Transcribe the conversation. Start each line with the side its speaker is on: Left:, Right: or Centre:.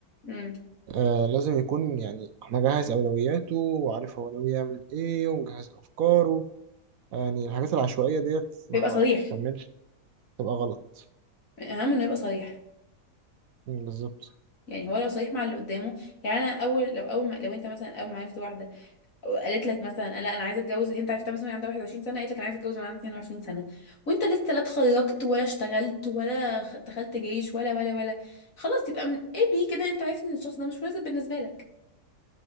Left: امم
Right: آه لازم يكون يعني مجهز أولوياته وعارف هو ناوي يعمل إيه ومجهز أفكاره يعني الحاجات العشوائية ديت ما
Left: بيبقى صريح
Right: بتكملش تبقى غلط
Left: اهم انه يبقى صريح
Right: مم، بالظبط
Left: يعني هو لو صريح مع اللي قدامه يعني انا اول لو اول ما لو انت مثلا اول ما عرفت واحده قالت لك مثلا لا انا عايزه اتجوز انت عرفتها مثلا وهي عندها 21 سنه قالت لك انا عايزه اتجوز وانا عندي 22 سنه وانت لسه لا اتخرجت ولا اشتغلت ولا خ- دخلت جيش ولا ولا ولا خلاص يبقى من اي بي كده انت عارف ان الشخص ده مش مناسب بالنسبه لك